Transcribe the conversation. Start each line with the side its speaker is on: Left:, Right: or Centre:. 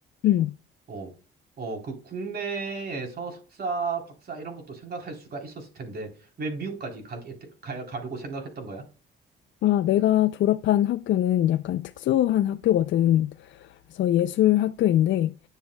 Left: 음.
Right: 어, 어, 그 국내에서 석사, 박사 이런 것도 생각할 수가 있었을 텐데, 왜 미국까지 가게, 가, 가려고 생각했던 거야?
Left: 아, 내가 졸업한 학교는 약간 특수한 학교거든. 그래서 예술 학교인데,